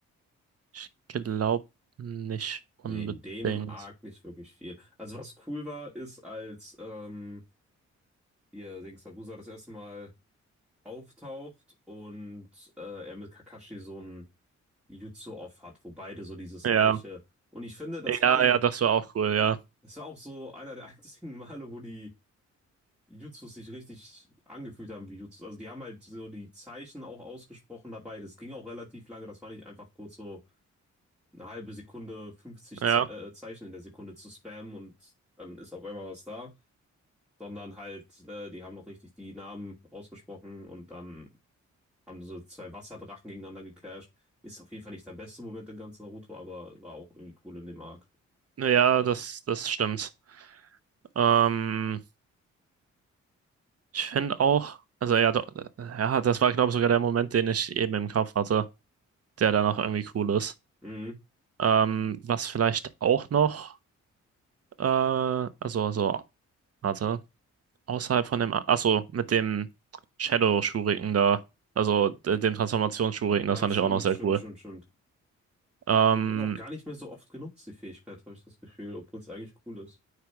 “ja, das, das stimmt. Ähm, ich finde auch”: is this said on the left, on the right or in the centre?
Right